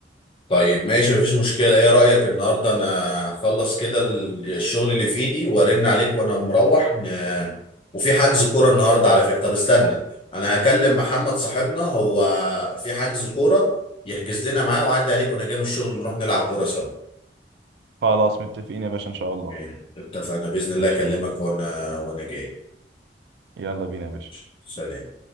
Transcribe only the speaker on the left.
طيب ماشي مفيش مشكلة ايه رأيك النهاردة انا اخلص كده ال- الشغل اللي في ايدي وارن عليك وانا مروح ن... وفي حجز كورة النهاردة على فكرة طب استنى انا هكلم محمد صاحبنا هو في حجز كورة يحجز لنا معاه وعدي عليك وانا جاي من الشغل نروح نلعب كورة سوا
تمام اتفقنا بإذن الله
اكلمك
وانا وانا جاي
ماشي. سلام